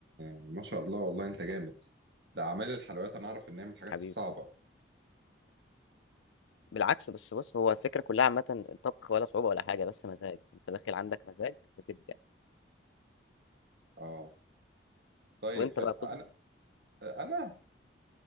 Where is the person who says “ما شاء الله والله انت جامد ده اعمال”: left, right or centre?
Right